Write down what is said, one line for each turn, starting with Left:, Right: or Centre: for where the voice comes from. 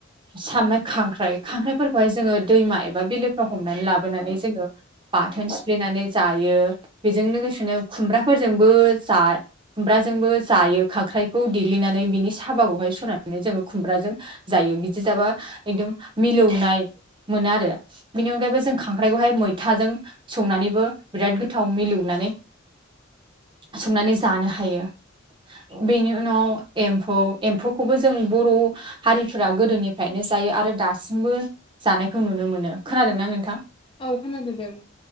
Right: सामनाय खांख्राइ खांख्राइफोरखौहाय जोङो दैमा एबा बिलोफ्राव हनानै लाबोनानै जोङो बाथोन सिफ्लेनानै जायो बेजों लोगोसेनो खुमब्राफोरजोंबो जा खुमब्राजोंबो जायो खांख्राइखौ देग्लिनानै बिनि साहाबागोवहाय सनानै जोंङो खुमब्राजों जायो यो बिदि एखदम जाबा मिलौनाय मोनो आरो बिनि अनगायैबो खांख्राइखौहाय मैथाजों संनानैबो बिराद गोथाव मिलौनानै संनानै जानो हायो बेनि उनाव एम्फौ एम्फौखौबो जों बर' हारिफ्रा गोदोनि फ्रनो जायो आरो दासिमबो जानायखौ नुनो मोनो खोनादोंना नोंथां
Left: औग खोनादों दे बुं